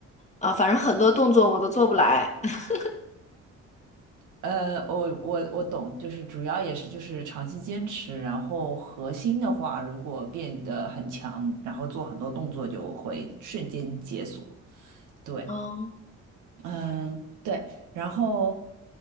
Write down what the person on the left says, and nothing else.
啊，反正很多动作我都做不来。<laughs>
嗯